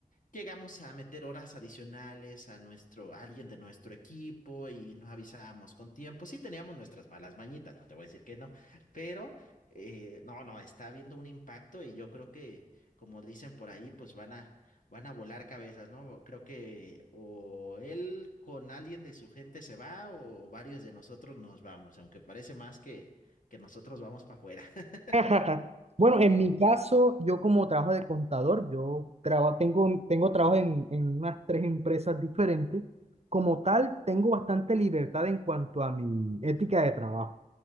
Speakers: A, on the left; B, on the right.
A: llegamos a meter horas adicionales a nuestro, a alguien de nuestro equipo y nos avisábamos con tiempo. Sí teníamos nuestras malas mañitas, no te voy a decir que no, pero eh, no, no, está habiendo un impacto y yo creo que, como dicen por ahí, pues van a, van a volar cabezas, ¿no? Creo que o él con alguien de su gente se va o varios de nosotros nos vamos, aunque parece más que, que nosotros vamos para afuera. <laughs>
B: <laughs> Bueno, en mi caso, yo como trabajo de contador, yo traba- tengo, tengo trabajo en, en unas tres empresas diferentes. Como tal, tengo bastante libertad en cuanto a mi ética de trabajo.